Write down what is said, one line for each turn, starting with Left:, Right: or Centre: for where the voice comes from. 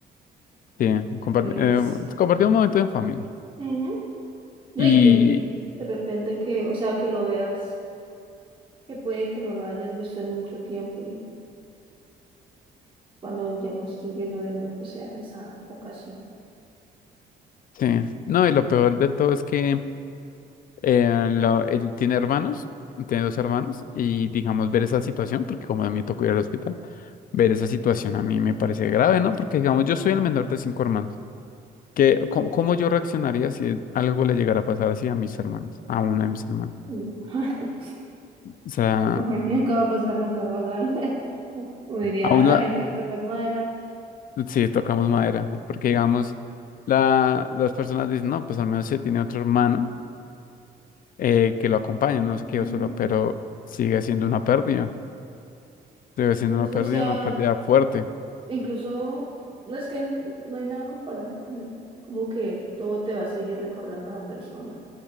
Left: sí, compar-
Right: que tú eres.
Left: eh, compartí un momento en familia.
Right: Ujú. No,
Left: Y
Right: y que de repente que, o sea, que lo veas, que puede que no lo hayas visto en mucho tiempo y cuando ya lo estés viendo de nuevo, pues sea en esa ocasión.
Left: sí, no, y lo peor del todo es que Eh, lo- él tiene hermanos, tiene dos hermanos, y digamos ver esa situación, porque como a mí me tocó ir al hospital, ver esa situación a mí me parece grave, ¿no? Porque digamos, yo soy el menor de cinco hermanos. ¿Qué, cómo, cómo yo reaccionaría si algo le llegara a pasar así a mis hermanos, a uno de mis hermanos?
Right: Ujú. <laughs>
Left: O sea,
Right: Ojo, nunca va a pasar, nunca va a pasar. <laughs> O diría
Left: a uno,
Right: la gente tocar madera.
Left: sí, tocamos madera, porque digamos, la, las personas dicen, no, pues al menos se tiene otro hermano eh, que lo acompaña, no se quedó
Right: Ujú.
Left: solo, pero sigue siendo una pérdida, sigue siendo
Right: Entonces,
Left: una pérdida,
Right: O sea,
Left: una pérdida fuerte.
Right: Incluso, no es que n- no hay nada comparable con él. Como que todo te va a seguir recordando a la persona.